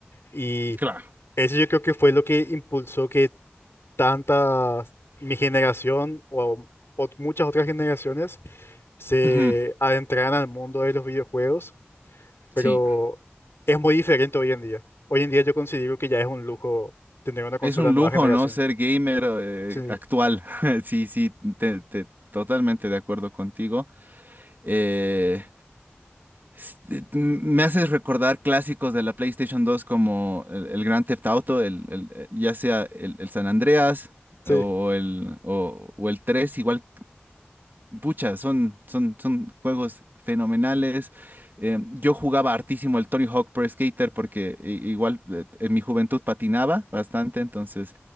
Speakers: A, on the left; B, on the right.
A: Y
B: claro.
A: eso yo creo que fue lo que impulsó que tanta mi generación o, o muchas otras generaciones se
B: Ujú,
A: adentraran al mundo de los videojuegos, pero
B: sí.
A: es muy diferente hoy en día. Hoy en día yo considero que ya es un lujo tener una consola
B: Es un
A: nueva
B: lujo,
A: generación.
B: ¿no? Ser gamer eh,
A: Sí,
B: actual. <laughs> Sí, sí, te- te- totalmente de acuerdo contigo. Eh, s- eh, m- me haces recordar clásicos de la PlayStation dos como el, el Grand Theft Auto, el, el, eh, ya sea el, el San Andreas
A: sí.
B: o el, o, o el 3 igual Pucha, son, son, son juegos fenomenales. Eh, yo jugaba hartísimo el Tony Hawk Pro Skater porque i- igual eh, en mi juventud patinaba bastante, entonces,